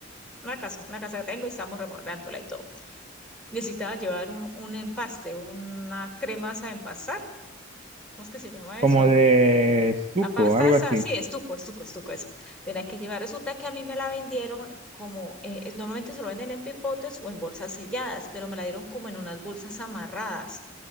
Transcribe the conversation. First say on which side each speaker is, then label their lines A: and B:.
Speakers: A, in the centre; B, on the right.
A: una casa, una casa que tengo y estamos remodelándola y todo. Necesitaba llevar un, un empaste, una crema esa de empastar, ¿cómo es que se llama
B: Como
A: eso?
B: de suco,
A: La pasta
B: algo
A: está,
B: así.
A: sí, estuco, estuco, estuco, eso. Tenía que llevar. Resulta que a mí me la vendieron como, eh, eh, normalmente se lo venden en pipotes o en bolsas selladas, pero me la dieron como en unas bolsas amarradas.